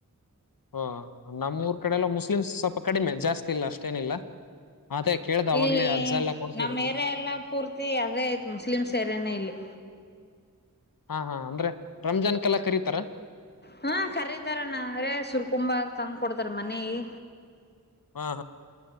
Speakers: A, on the left; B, on the left.
A: ಹ ನಮ್ಮೂಊರ್ ಕಡೆಲ್ಲ ಮುಸ್ಲಿಮ್ಸ್ ಸ್ವಲ್ಪ ಕಡಿಮೆ ಜಾಸ್ತಿ ಇಲ್ಲ ಅಷ್ಟೇನಿಲ್ಲ ಅದೇ ಕೇಳ್ದ ಅವಾಗ್ಲೇ
B: ಇಲ್ಲಿ
A: ಅಜ್ಜ ಎಲ್ಲ ಕೊಡ್ತಿದ್ರಲ್ಲ
B: ನಮ್ಮ್ ಏರಿಯ ಎಲ್ಲ ಪೂರ್ತಿ ಅದೇ ಐತ್ ಮುಸ್ಲಿಮ್ಸ್ ಏರಯನೇ ಇಲ್ಲಿ
A: ಹಾ ಹಾ ಅಂದ್ರೆ ರಂಜಾನ್ಕ್ಕೆಲ್ಲ ಕರೀತಾರ
B: ಹ್ಮ ಕರೀತಾರ ನಾ ಅಂದ್ರೆ ಸುರ್ಕುಂಬ ತಂದ್ ಕೊಡ್ತಾರ ಮನೆ ಗಿ
A: ಹಾ